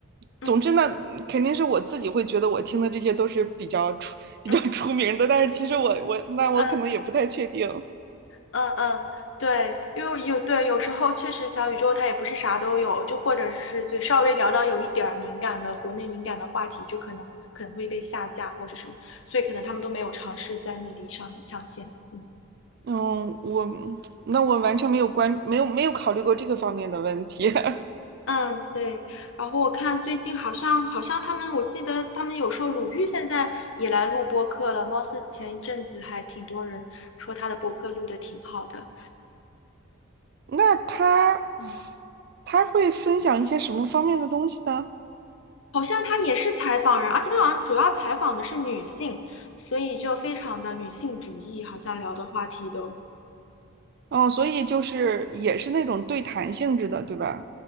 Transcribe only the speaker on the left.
嗯
嗯
嗯嗯嗯，对，因为有对有时候确实小宇宙它也不是啥都有，就或者是就稍微聊到有一点儿敏感的国内敏感的话题，就可能可能会被下架或者什么，所以可能他们都没有尝试在那里上上线。嗯。
嗯，对。然后我看最近好像好像他们，我记得他们有说鲁豫现在也来录播客了，貌似前一阵子还挺多人说他的播客录的挺好的。
嗯，
好像他也是采访人，而且他好像主要采访的是女性，所以就非常的女性主义，好像聊的话题都